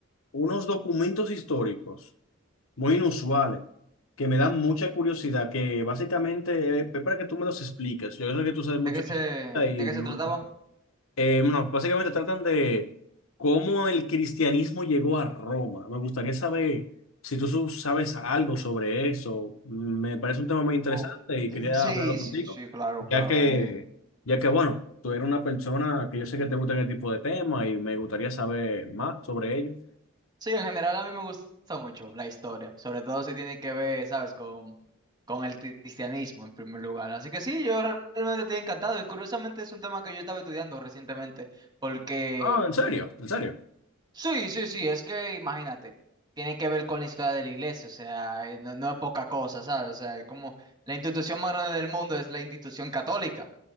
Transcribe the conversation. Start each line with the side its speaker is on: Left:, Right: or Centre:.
Left: unos documentos históricos muy inusuales que me dan mucha curiosidad, que básicamente es para que tú me los expliques. Yo sé que tú sabes mucho
Right: ¿De qué
Left: de
Right: se,
Left: historia y
Right: de qué
Left: me
Right: se trataba?
Left: gusta. Eh, bueno, básicamente tratan de cómo el cristianismo llegó a Roma. Me gustaría saber si tú su- sabes algo sobre eso. Me parece un tema muy interesante
Right: Uf,
Left: y
Right: mm,
Left: quería
Right: sí,
Left: hablarlo contigo,
Right: sí, sí, claro,
Left: ya
Right: claro.
Left: que,
Right: eh,
Left: ya que, bueno, tú eres una persona que yo sé que te gusta este tipo de temas y me gustaría saber más sobre ello.
Right: Sí, en general a mí me gusta mucho la historia, sobre todo si tiene que ver, ¿sabes?, con, con el cristianismo en primer lugar. Así que sí, yo re- realmente estoy encantado y curiosamente es un tema que yo estaba estudiando recientemente, porque
Left: Ah, ¿en serio? ¿En serio?
Right: sí, sí, sí, es que imagínate, tiene que ver con la historia de la iglesia, o sea, eh, no, no es poca cosa, ¿sabes? O sea, es como la institución más grande del mundo es la institución católica.